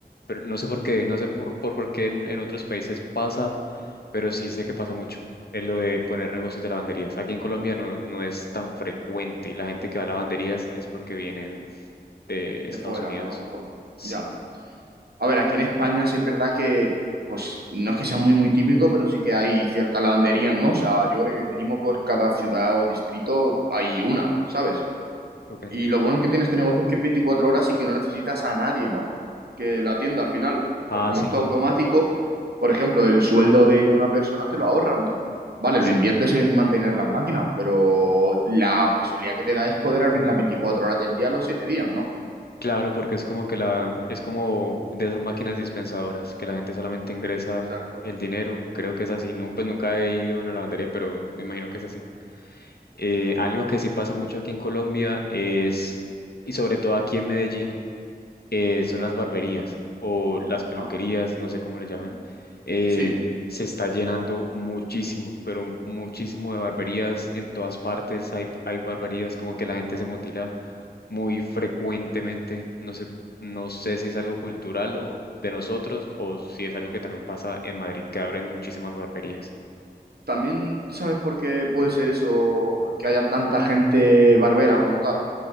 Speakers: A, on the left; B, on the right.
A: pero no sé por qué, no sé por, por, por qué en, en otros países pasa, pero sí sé que pasa mucho. Es lo de poner negocios de lavanderías. Aquí en Colombia no, no es tan frecuente y la gente que va a lavanderías es porque vienen de Estados
B: de fuera,
A: Unidos.
B: ¿no? A lo mejor.
A: Sí.
B: Ya. A ver, aquí en España sí es verdad que, pues, no es que sea muy, muy típico, pero sí que hay ciertas lavanderías, ¿no? O sea, yo creo que mínimo por cada ciudad o distrito hay una, ¿sabes?
A: Okay.
B: Y lo bueno que tiene este negocio es que es 24 horas y que no necesitas a nadie, ¿no? Que la atienda al final.
A: Ah,
B: Porque como
A: sí,
B: esto es todo automático, por ejemplo, el sueldo de una persona te lo ahorras, ¿no? Vale,
A: sí.
B: lo inviertes en mantener las máquinas, pero la posibilidad que te da es poder abrir las 24 horas del día los 7 días, ¿no?
A: Claro, porque es como que la, es como de esas máquinas dispensadoras, que la gente solamente ingresa
B: Exacto.
A: el dinero. Creo que es así. Nu- pues nunca he ido a una lavandería, pero me imagino que es así. Eh, algo que sí pasa mucho aquí en Colombia es, y sobre todo aquí en Medellín eh, son las barberías o las peluquerías,
B: Ajá.
A: no sé cómo le llamen
B: Ujú.
A: eh,
B: Sí,
A: se está llenando muchísimo, pero muchísimo de barberías en todas partes. Hay, hay barberías como que la gente se motila muy frecuentemente. No sé, no sé si es algo cultural o de nosotros o si es algo que también pasa en Madrid, que abren muchísimas barberías.
B: también sabes por qué puede ser eso, que haya tanta gente barbera como tal.